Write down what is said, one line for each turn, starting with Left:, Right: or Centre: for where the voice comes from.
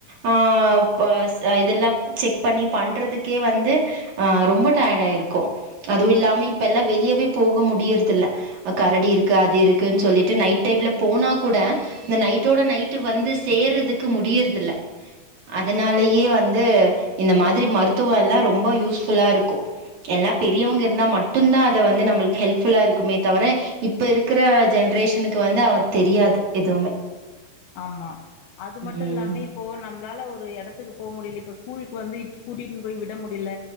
Right: ஆ பஸ் இதெல்லாம் செக் பண்ணி பண்றதுக்கே வந்து ஆ ரொம்ப டயர்ட் ஆயிருக்கு அதுவு இல்லாம இப்ப எல்லா வெளியவே போக முடியறது இல்ல கரடி இருக்கு அது இருக்குன்னு சொல்லிட்டு நைட் டைம்ல போனா கூட இந்த நைட்டோட நைட்டு வந்து சேர்றதுக்கு முடியறதுல்ல அதனாலயே வந்து இந்த மாதிரி மருத்துவோ எல்லா ரொம்ப யூஸ்ஃபுல்லா இருக்கு எல்லா பெரியவங்க இருந்தா மட்டும்தான் அத வந்து நம்மளுக்கு ஹெல்ப் ஃபுல்லா இருக்குமே தவர இப்ப இருக்கற ஜெனரேஷனுக்கு வந்து அவ தெரியாது எதுமே
Left: ஆமா அதுமட்டு
Right: ம்
Left: இல்லாமே இப்போ நம்மளால ஒரு எடத்துக்கு போக முடில இப்ப ஸ்கூலுக்கு வந்து கூட்டிட்டு போய் விட முடில